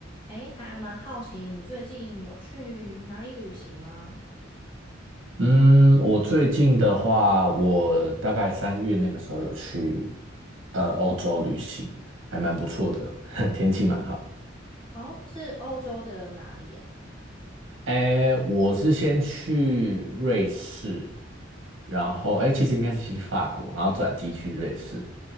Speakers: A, on the left; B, on the right.
A: 诶，还蛮好奇，你最近有去哪里旅行吗？
B: 嗯，我最近的话，我大概三月那个时候有去呃欧洲旅行，还蛮不错的，<laughs> 天气蛮好。
A: 哦，是欧洲的哪里呀、
B: 哎，我是先去瑞士，然后哎，其实应该是先去法国，然后转机去瑞士，